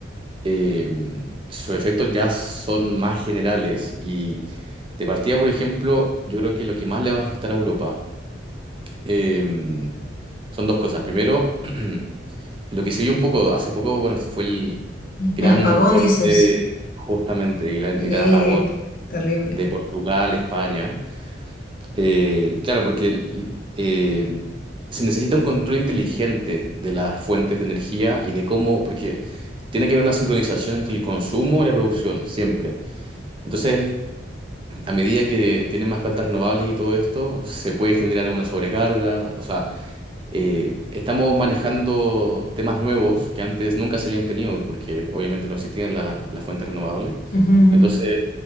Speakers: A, on the right; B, on the left.
A: eh, sus efectos ya son más generales y de partida, por ejemplo, yo creo que lo que más le va a afectar a Europa eh, son dos cosas. Primero, <clears throat> y lo que se vio un poco hace poco, bueno, fue el
B: Ujú.
A: gran
B: El apagón,
A: corte
B: dices.
A: justamente, el gran
B: Sí,
A: el gran apagón
B: terrible.
A: de Portugal, España. Eh, claro, porque eh, se necesita un control inteligente de las fuentes de energía y de cómo, porque tiene que haber una sincronización entre el consumo y la producción, siempre. Entonces, a medida que tienen más plantas renovables y todo esto, se puede generar una sobrecarga. O sea, eh, estamos manejando temas nuevos que antes nunca se habían tenido, porque obviamente no existían la- las fuentes renovables.
B: Ujú,
A: Entonces,